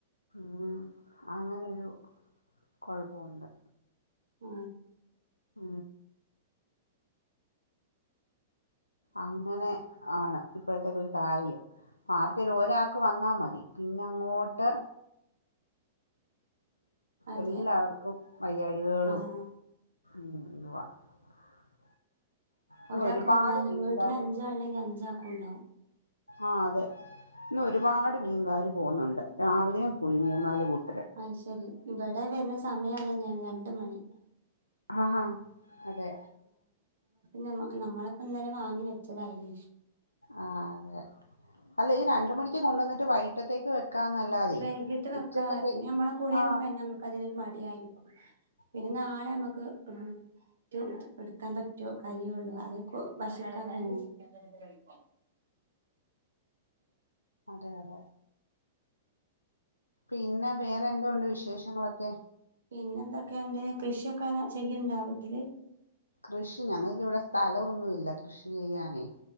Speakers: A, on the left (about 85°); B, on the right (about 65°).
A: ഉം അങ്ങനൊരു കൊഴപ്പോണ്ട്
B: ആ
A: ആ അങ്ങനെ ആണ് ഇപ്പഴത്തെക്കെ ഒരു കാര്യം ആർക്കേലും ഒരാൾക്ക് വന്നാ മതി പിന്നെ അങ്ങോട്ട്
B: അതെ
A: എല്ലാവർക്കും വയ്യാഴകകളും
B: ആഹ്
A: ഉം <unintelligible> ഇന്ന്
B: ഒരാക്ക്
A: ഒരുപാട്
B: വന്നാല്
A: മീൻകാർ
B: വീട്ടില് അഞ്ചാളുണ്ടെങ്കി അഞ്ചാക്കും ഒണ്ടാവും
A: ആ അതെ ഇന്ന് ഒരുപാട് മീൻകാര് പോവുന്നൊണ്ട് രാവിലെയും പോയി മൂന്നാല് കൂട്ട
B: അ ശരി ഇവിടെ വരുന്ന സമയം അതന്നെയാണ് രണ്ട് മണി
A: ആ അതെ
B: ഞമ്മ നമ്മളൊക്ക ഇന്നലെ വാങ്ങി വെച്ചതായിരുന്നു
A: ആ അതെ അല്ല ഈ രണ്ടു മണിക്ക് കൊണ്ട് വന്നിട്ട് വൈകിട്ടത്തേക്ക് വെക്കാന്നല്ലാതെ
B: വൈകിട്ട് വെക്കാ
A: ഉച്ചക്കത്തേക്ക്
B: പിന്നെ നമ്മളെ കുളിയൊക്കെ
A: ആ
B: കഴിഞ്ഞാ മ്മക്ക് അതിനൊരു മടിയായിരിക്കും പിന്നെ
A: ആ,
B: നാളെ മ്മക്ക് ആ ഏറ്റ് എടുക്കാൻ പറ്റ്വോ കഴിയുള്ളൂ അതക്ക വശളക്കാൻ
A: ഉം,
B: <unintelligible>
A: അതെ അതെ പിന്നെ വേറെന്തോണ്ട് വിശേഷങ്ങളൊക്കെ
B: പിന്നെ എന്തൊക്കെയൊണ്ട് കൃഷിയൊക്കെ ഇങ്ങന ചെയ്യുന്നുണ്ട വീട്ടില്
A: കൃഷി ഞങ്ങൾക്കിവിടെ സ്ഥലം ഒന്നുമില്ല കൃഷി ചെയ്യാനേ